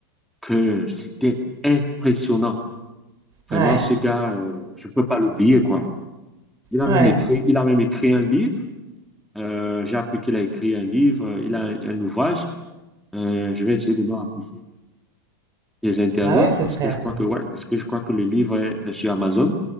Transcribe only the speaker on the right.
Ouais,
ouais.
Ah ouais, ce
serait
intéressant.